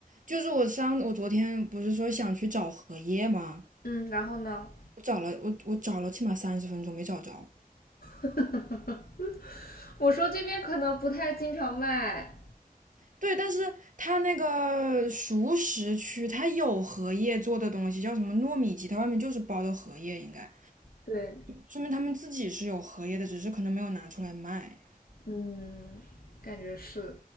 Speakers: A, on the right (about 55°); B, on the left (about 75°).
A: 就是我上我昨天不是说想去找荷叶吗？
B: 嗯，然后呢？
A: 我找了我我找了起码三十分钟没找着。
B: <laughs> 我说这边可能不太经常卖。
A: 对，但是它那个熟食区它有荷叶做的东西，叫什么糯米鸡，它外面就是包的荷叶，应该
B: 对，
A: 说明他们自己是有荷叶的，只是可能没有拿出来卖。
B: 嗯，感觉是。